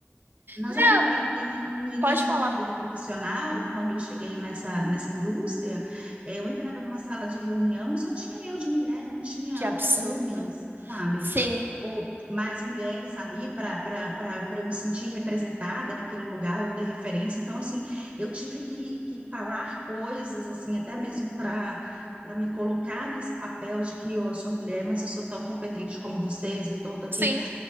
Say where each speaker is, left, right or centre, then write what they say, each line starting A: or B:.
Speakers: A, on the right; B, on the right.
A: nós
B: Não,
A: só concluindo aqui, no, no início
B: pode falar.
A: da minha vida profissional, quando eu cheguei nessa, nessa indústria, eh, eu entrava numa sala de reunião e só tinha eu de mulher, não tinha
B: Que absurdo.
A: homens, sabe?
B: Sim.
A: Ou mais mulheres ali para para eu me sentir representada naquele lugar, eu ter referência. Então, assim, eu tive que, que falar coisas, assim, até mesmo para para me colocar nesse papel de que eu sou mulher, mas eu sou tão competente como vocês, eu estou aqui.
B: Sim.